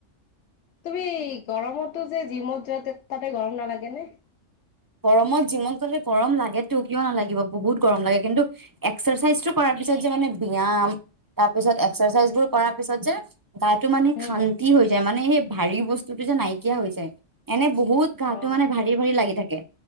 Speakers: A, on the left; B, on the right.
A: তুমি গৰমতো যে জিমত যোৱা, তাতে গৰম নালাগে নে?
B: গৰমত যিমান গ'লে গৰম লাগে তো, কিয় নালাগিব, বহুত গৰম লাগে। কিন্তু এক্সাৰচাইজটো কৰা তাৰ পিছত যে মানে ব্যয়াম, তাৰ পিছত এক্সাৰচাইজ বোৰ কৰাৰ পিছত যে গাটো মানে
A: উম
B: শান্তি হৈ যায়, মানে সেই ভাৰী বস্তুটো যে নাইকিয়া হৈ যায়। এনে বহুত গাটো
A: অ অ
B: মানে ভাৰী-ভাৰী লাগি থাকে।